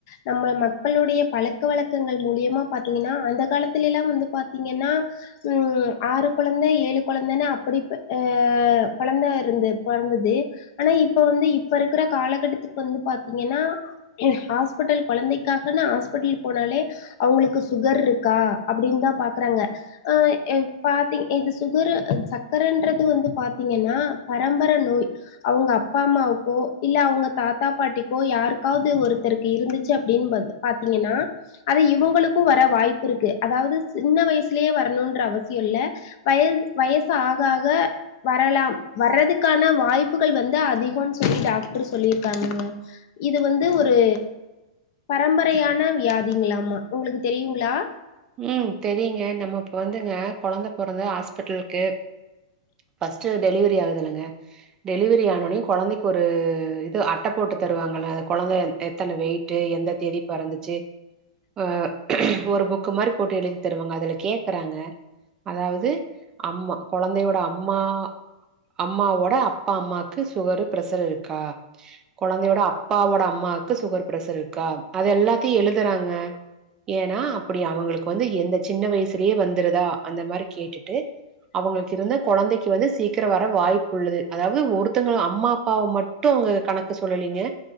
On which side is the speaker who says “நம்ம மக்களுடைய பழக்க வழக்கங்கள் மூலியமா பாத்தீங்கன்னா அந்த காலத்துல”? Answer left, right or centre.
Left